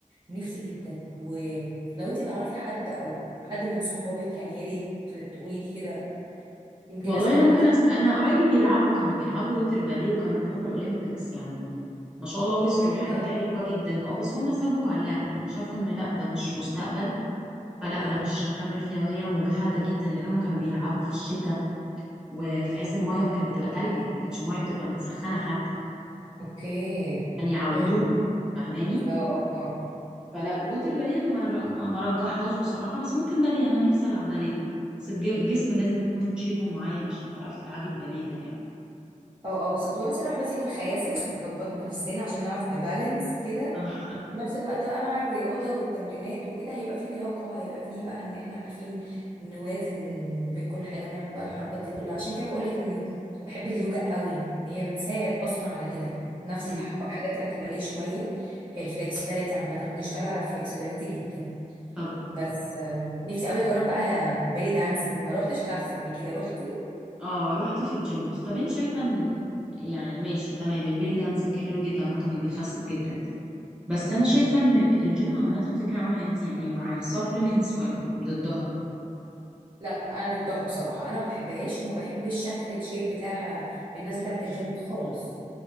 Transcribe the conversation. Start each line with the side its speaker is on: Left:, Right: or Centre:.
Right: نفسي جدا ولو انت تعرفي حد او حد من صحابك يعني يا ريت تقولي لي كده يمكن
Centre: والله
Right: استفاد
Centre: أنا ممكن
Right: مثلا
Centre: أسأل أنا قرايبي بيلعبوا كانوا بيلعبوا ووتر باليه وكانوا بيروحوا الأولمبيكس يعني ما شاء الله وصلوا
Right: طب حلو
Centre: لحاجات
Right: قوي
Centre: حلوة جدا اه بس هم سابوها اللعبة يعني شافوا إن لأ ده مش مستقبل فلا
Right: امم
Centre: أنا مش هكمل فيها وهي مجهدة جدا لأن هم كانوا بيلعبوا في الشتاء وفي
Right: امم
Centre: عز الماية ما كانت بتبقى تلج يعني ما كانتش الماية بتبقى متسخنة حتى
Right: اوكي
Centre: يعني يعودوهم
Right: امم
Centre: فاهماني
Right: اه اه اه
Centre: فلا ووتر باليه انا ما ر- ما رجحهاش بصراحه بس ممكن باليه انا نفسي العب باليه بس الج- الجسم لازم يكون شيبه معين عشان تعرفي تلعبي الباليه ده يعني
Right: اه اه بالظبط ولازم الواحد بس يكون خاسس نظبط نفسنا عشان نعرف نبالانس كده
Centre: صح <laughs>
Right: في نفس الوقت بقى مع الرياضة والتمرينات وكده هيبقى فيه لياقة هيبقى فيه بقى ان احنا عارفين نوازن بين كل حاجة ونعمل بقى الحركات دي كلها عشان كده بقولك اني بحب اليوجا قوي ان هي بتساعد اصلا على كده نفس
Centre: امم
Right: الح- الحاجات بتاعت الباليه شوية الفلكسبيليتي عامة بتشتغل على الفلكسبيليتي جدا
Centre: طب
Right: بس آم، نفسي قوي اجرب بقى بيلي دانسينج ما روحتش كلاسز قبل كده روحتي
Centre: اه رحت في الجيم بص طب انت شايفه ان يعني ماشي تمام البيلي دانسينج حلو جدا عامه انه بيخسس جدا بس
Right: مم.
Centre: انا شايفه ان الجيم عامه فكره عامه انت يعني مع السبلمنتس ولا ضدها
Right: لا انا ضدها بصراحة انا ما بحبهاش وما بحبش شكل الشيب بتاع الناس بتاعت الجيم خالص